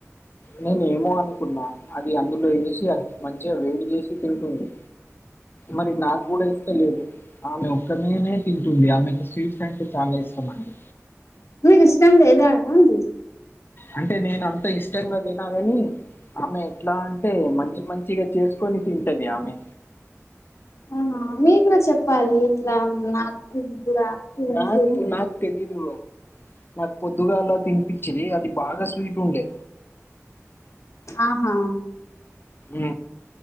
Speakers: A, on the left; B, on the left.
A: నేను ఏమో అనుకున్నా అది అందులో వేసి మంచిగా వేడి చేస్ తింటుంది మరి నాకు కూడా ఇస్తాలేదు ఆమె ఇక్కనేనే తింటుంది ఆమెకు స్వీట్స్ అంటే చాలా ఇష్టమండి.
B: మీకు ఇష్టం లేదా అండి
A: అంటే నేను అంత ఇష్టంగా తినగాని ఆమె ఎట్లా అంటే మంచి మంచిగా చేసుకొని తింటది ఆమె.
B: అవునా మీ కూడా చెప్పాలి ఇట్లా నాకు కూడా తెలుసు
A: నాక్ నాకు తెలిద్ ఇగో నాకు పొద్దుగాల్ల తినిపిచిది అది బాగా స్వీట్ ఉండే
B: ఆహా
A: ఉ